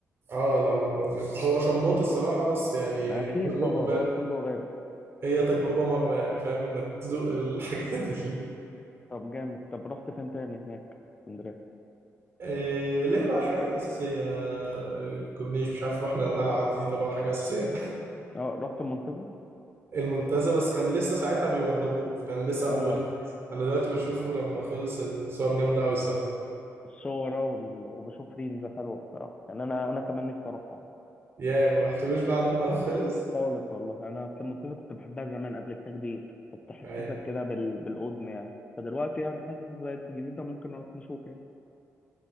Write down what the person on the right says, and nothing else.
اه لو ج- هو شموت الصراحه بس يعني
تجربه
فاهم
هي تجربه مره يعني فاهم انك تدوق الحاجات <laughs> اللي
إيه اللي هي بقى الحاجات الاساسيه آه، كورنيش مش عارف احنا القلعه دي طبعا حاجه اساسيه
<laughs> المنتزه بس كان لسه ساعتها بيوضبوه كان لسه قبل
ما يخلص انا دلوقتي بشوفه لما خلص الصور جامده قوي الصراحه
يا ما رحتوش بعد ما خلص
يعني